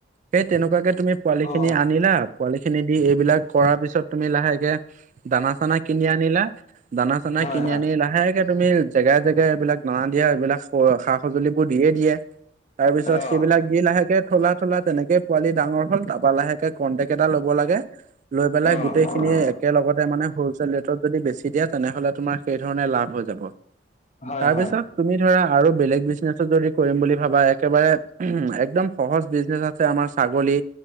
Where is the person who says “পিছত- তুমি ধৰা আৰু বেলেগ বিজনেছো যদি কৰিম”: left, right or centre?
Right